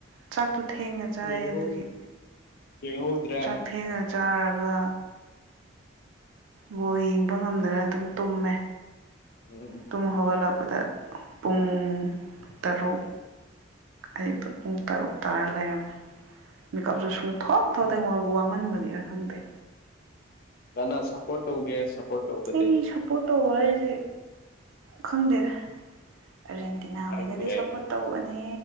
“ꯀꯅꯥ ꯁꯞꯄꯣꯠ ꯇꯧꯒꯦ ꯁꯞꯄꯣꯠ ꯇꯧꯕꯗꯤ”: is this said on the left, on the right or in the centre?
Left